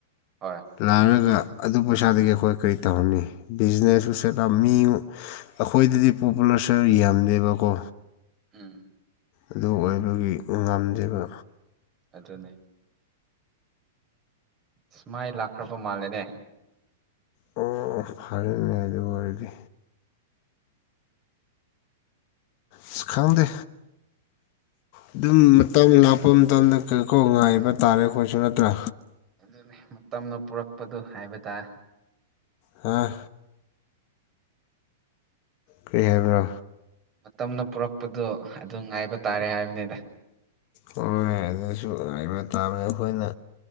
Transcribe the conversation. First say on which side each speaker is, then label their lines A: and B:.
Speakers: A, on the right; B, on the left.
A: ꯍꯣꯏ
B: ꯂꯥꯔꯒ ꯑꯗꯨ ꯄꯩꯁꯥꯗꯒꯤ ꯑꯩꯈꯣꯏ ꯀꯔꯤ ꯇꯧꯍꯟꯅꯤ ꯕꯤꯖꯤꯅꯦꯁꯁꯨ ꯁꯦꯠꯇ ꯃꯤ ꯑꯩꯈꯣꯏꯗꯗꯤ ꯄꯣꯄꯨꯂꯔꯁꯟ ꯌꯥꯝꯗꯦꯕꯀꯣ
A: ꯎꯝ
B: ꯑꯗꯨ ꯑꯣꯏꯕꯒꯤ ꯉꯝꯗꯕ
A: ꯑꯗꯨꯅꯦ ꯁꯃꯥꯏ ꯂꯥꯛꯈ꯭ꯔꯕ ꯃꯥꯜꯂꯦꯅꯦ
B: ꯑꯣ ꯑꯣ ꯐꯔꯅꯦ ꯑꯗꯨ ꯑꯣꯏꯔꯗꯤ ꯑꯁ ꯈꯥꯥꯪꯗꯦ ꯑꯗꯨꯝ ꯃꯇꯝ ꯂꯥꯛꯄ ꯃꯇꯝꯗ ꯀꯩꯀꯣ ꯉꯥꯏꯕ ꯇꯥꯔꯦ ꯑꯩꯈꯣꯏꯁꯨ ꯅꯠꯇ꯭ꯔꯥ
A: ꯑꯗꯨꯅꯤ ꯃꯇꯝꯅ ꯄꯨꯔꯛꯄꯗꯣ ꯍꯥꯏꯕ ꯇꯥꯔꯦ
B: ꯍꯥꯥ ꯀꯔꯤ ꯍꯥꯏꯕ꯭ꯔꯥ
A: ꯃꯇꯝꯅ ꯄꯨꯔꯛꯄꯗꯣ ꯑꯗꯨ ꯉꯥꯏꯕ ꯇꯥꯔꯦ ꯍꯥꯏꯕꯅꯤꯗ
B: ꯍꯣꯏ ꯑꯗꯨꯁꯨ ꯍꯥꯏꯕ ꯇꯥꯃꯦ ꯑꯩꯈꯣꯏꯅ